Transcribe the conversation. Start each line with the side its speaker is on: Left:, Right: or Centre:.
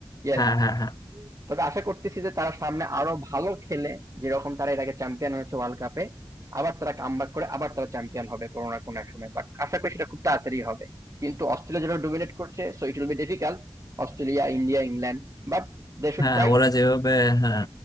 Right: ইয়েস
Left: হ্যাঁ হ্যাঁ হ্যাঁ
Right: তবে আশা করতেছি যে তারা সামনে আরো ভালো খেলে যেরকম তারা এর আগে চ্যাম্পিয়ন হয়েছে ওয়ার্ল্ড কাপে আবার তারা কামব্যাক করে আবার তারা চ্যাম্পিয়ন হবে কোনো না কোনো এক সময় বাট আশা করি সেটা খুব তাড়াতাড়ি হবে কিন্তু অস্ট্রেলিয়া যেটা ডোমিনেট করছে so it will be difficult Australia India England but they should
Left: হ্যাঁ
Right: try
Left: ওরা যেভাবে হ্যাঁ